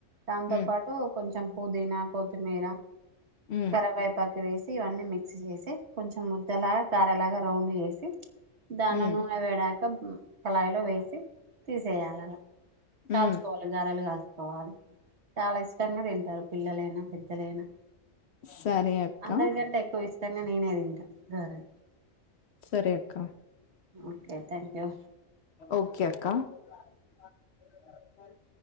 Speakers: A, on the right; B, on the left.
A: దంతో
B: ఉమ్
A: పాటు కొంచం చం పూదీనా కొత్తిమీర
B: ఉమ్
A: కరీవేపాకు వేసి ఇవన్నీ మిక్సీ చేసి కొంచెం ముద్దలా గారలాగా రౌండ్ యేసి దాన్ని
B: ఉమ్
A: నూనె వేడయ్యాక కళాయిలో వేసి తీసేయాలలా కాల్చుకోవాలి
B: ఉమ్
A: గారాలు కాల్చుకోవాలి చాలా ఇష్టంగా తింటారు పిల్లలైనా పెద్దలైనా
B: సరే అక్క
A: అందరికంటే ఎక్కువ ఇష్టంగా నేనే తింటా సరే
B: సరే అక్క
A: ఓకే థ్యాంక్ యూ
B: ఓకే అక్క <unintelligible>